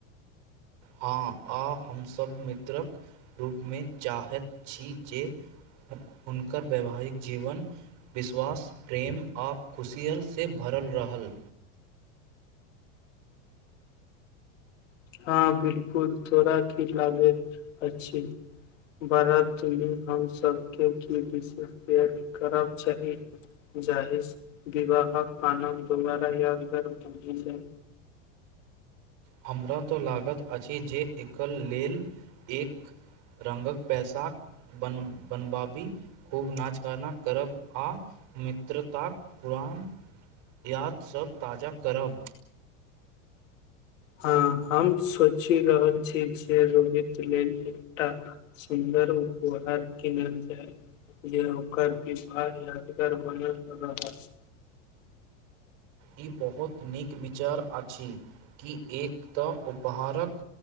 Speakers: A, on the right (about 55°); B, on the left (about 85°).
A: हँ आ। हमसब मित्रक रूप में चाहैत छी जे। हुनकर वैवाहिक जीवन। विश्वास प्रेम। आब खुशियलसँ भरल रहल।
B: हँ बिल्कुल, तोरा की लागे अछि बरात में हमसभके की विशेष तैयारी करब चाही, जाहि विवाहक आनन्द दुबारा यादगार ब जाय।
A: हमरा तऽ लागैत अछि जे। एकर लेल एक रङ्गके पैसाक बन बनबाबी खूब नाच- गाना करब आ मित्रताक पुरान याद सब ताजा करब।
B: हँ हम सोचि रहल छी जे रोहित लेल एकटा सुन्दर उपहार किनल जाय, जे ओकर विवाह यादगार बनल रहत।
A: ई बहुत नीक। विचार अछि कि एक तऽ उपहारक।